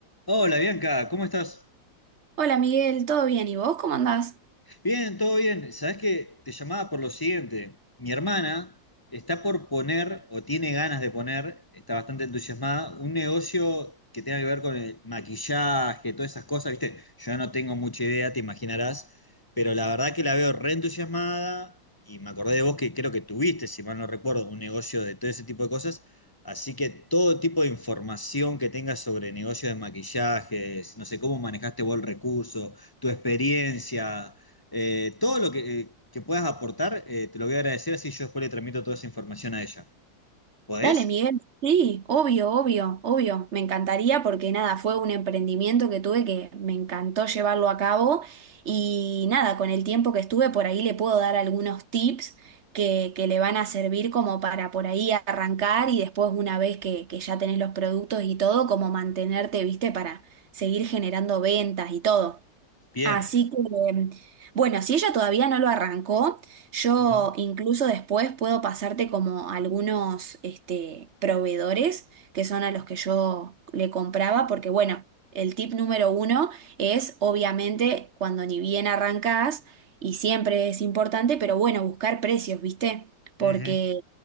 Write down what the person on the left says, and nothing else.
Hola Bianca, ¿cómo estás?
Bien, todo bien. Sabes que te llamaba por lo siguiente. Mi hermana está por poner, o tiene ganas de poner, está bastante entusiasmada, un negocio que tenga que ver con el maquillaje, todas esas cosas, ¿viste? Yo no tengo mucha idea, te imaginarás, pero la verdad que la veo re entusiasmada y me acordé de vos que creo que tuviste, si mal no recuerdo, un negocio de todo ese tipo de cosas. Así que todo tipo de información que tengas sobre negocios de maquillajes, no sé cómo manejaste vos el recurso, tu experiencia eh, todo lo que, eh, que puedas aportar, eh, te lo voy a agradecer, así yo después le transmito toda esa información a ella. ¿Podés?
Bien.
Ujú,
ujú.